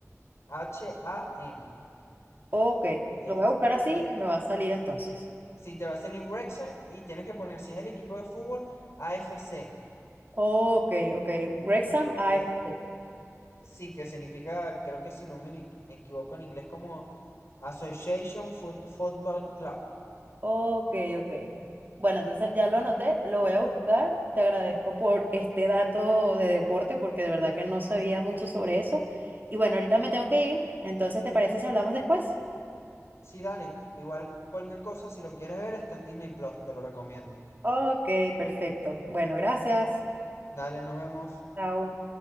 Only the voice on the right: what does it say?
ok.
Lo voy a buscar así
y me va a salir entonces.
Ok, ok. Wrexham A
AFC.
Ok, ok. Bueno, entonces ya lo anoté, lo voy a buscar. Te agradezco por este dato de deporte porque de verdad que no sabía mucho sobre eso. Y bueno, ahorita me tengo que ir. Entonces, ¿te parece si hablamos después?
Ok, perfecto. Bueno, gracias.
Chao.